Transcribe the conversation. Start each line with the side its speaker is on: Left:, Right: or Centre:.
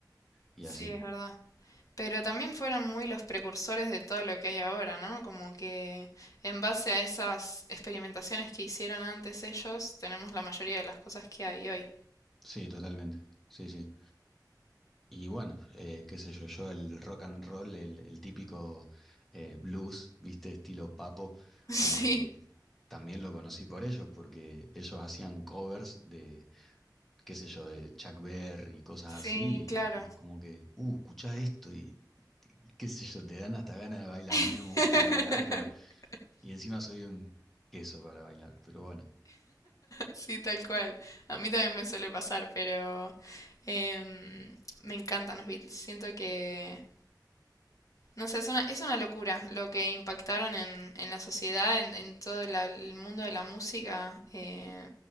Centre: y
Left: sí,
Centre: así.
Left: es verdad. Pero también fueron muy los precursores de todo lo que hay ahora, ¿no? Como que en base a esas experimentaciones que hicieron antes ellos, tenemos la mayoría de las cosas que hay hoy.
Centre: Sí, totalmente. Sí, sí. Y bueno, eh, qué sé yo, yo el rock and roll, el, el típico eh, blues, viste, estilo papo,
Left: <laughs>
Centre: como
Left: Sí.
Centre: que también lo conocí por ellos, porque ellos hacían covers de, qué sé yo, de Chuck Berry y cosas
Left: Sí,
Centre: así,
Left: claro.
Centre: y, y como que, uh, escuchá esto y, y qué sé yo, te dan hasta ganas de bailar.
Left: <laughs>
Centre: A mí no me gusta bailar, pero, y encima soy un queso para bailar, pero bueno.
Left: Sí, tal cual. A mí también me suele pasar, pero em, me encantan los Beatles. Siento que No sé, es una, es una locura lo que impactaron en, en la sociedad, en, en todo la- el mundo de la música. eh,